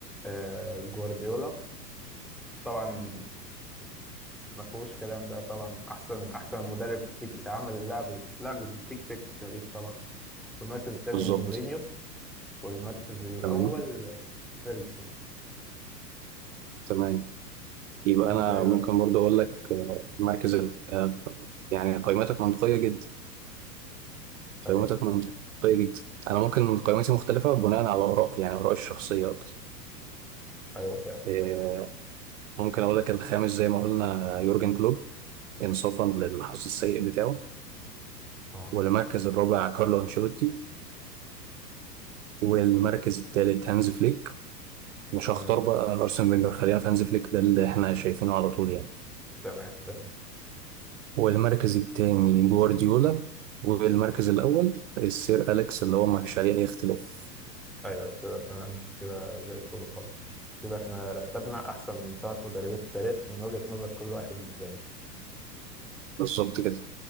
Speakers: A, in the centre; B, on the right.
A: آه، جوارديولا طبعا ما فيهوش كلام ده طبعا احسن احسن مدرب تك- عمل اللعب لعب التيك تاك في التاريخ طبعا والمركز الثاني
B: بالظبط
A: مورينيو والمركز الاول
B: تمام
A: فيرجسون
B: تمام يبقى
A: انت
B: أنا
A: ايه
B: ممكن
A: رايك؟
B: برضه أقول لك آه، مركز ال- آه، يعني قيمتك منطقية جدا
A: ايوه
B: قيمتك منطقية جدا أنا ممكن قيمتي مختلفة بناء على آراء يعني آرائي الشخصية أكتر
A: ايوه فاهم
B: آه،
A: فاهم
B: ممكن أقول لك الخامس زي ما قلنا يورجن كلوب إنصافا للحظ السيء بتاعه
A: اه
B: والمركز الرابع كارلو أنشيلوتي والمركز الثالث هانز فليك مش
A: تمام
B: هختار بقى ارسن فينجر خلينا في هانز فليك ده اللي احنا شايفينه على طول يعني
A: تمام تمام
B: والمركز الثاني جوارديولا والمركز الاول السير اليكس اللي هو ما فيش عليه اي اختلاف
A: ايوه كده تمام كده زي الفل خالص كده احنا رتبنا احسن خمس مدربين في التاريخ من وجهة نظر كل واحد للتاني
B: بالظبط كده